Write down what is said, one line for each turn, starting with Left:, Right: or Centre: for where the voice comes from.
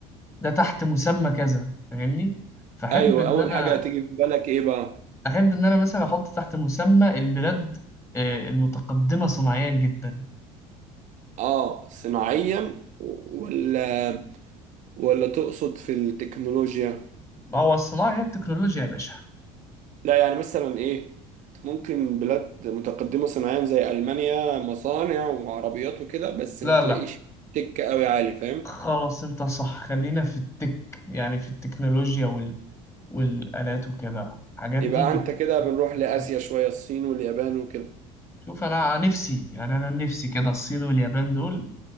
Left: ده تحت مسمى كذا فاهمني فاحب
Right: ايوه
Left: ان
Right: اول
Left: انا
Right: حاجة هتيجي في بالك ايه بقى؟
Left: احب ان انا مثلا احط تحت مسمى البلاد آه، المتقدمة صناعيا جدا
Right: اه صناعيا و- ولا ولا تقصد في التكنولوجيا؟
Left: ما هو الصناعة هي التكنولوجيا يا باشا
Right: لا يعني مثلا ايه ممكن بلاد متقدمة صناعيا زي ألمانيا مصانع وعربيات وكده بس
Left: لا
Right: ما تلاقيش
Left: لا
Right: تك قوي عالي فاهم
Left: خلاص انت صح خلينا في التك يعني في التكنولوجيا وال... والآلات وكده الحاجات
Right: يبقى
Left: دي بت...
Right: انت كده بنروح
Left: بتبسط.
Right: لآسيا شوية الصين واليابان وكده
Left: شوف انا نفسي يعني انا نفسي كده الصين واليابان دول